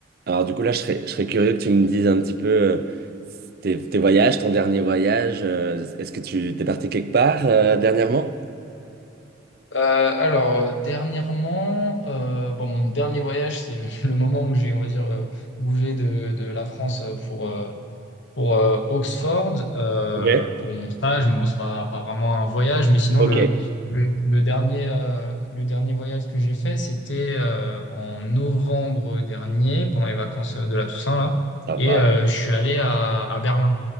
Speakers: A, on the right (about 55°); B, on the left (about 75°).
A: Alors du coup là, je serais, je serais curieux que tu me dises un petit peu euh, tes, tes voyages, ton dernier voyage. euh, est-ce que tu t'es parti quelque part euh, dernièrement?
B: Euh, alors, euh, dernièrement, euh, bon, mon dernier voyage, c'est le, <laughs> le moment où j'ai, on va dire, euh, bougé de, de la France euh, pour, euh, pour euh, Oxford, euh,
A: Ok,
B: pour mon stage, mais bon, c'est pas, pas vraiment un voyage, mais sinon,
A: ok,
B: le, le, le dernier, euh, le dernier voyage que j'ai fait, c'était euh, en novembre dernier, pendant les vacances euh, de la Toussaint, là,
A: ça
B: et
A: va.
B: euh, je suis allé à, à Berlin.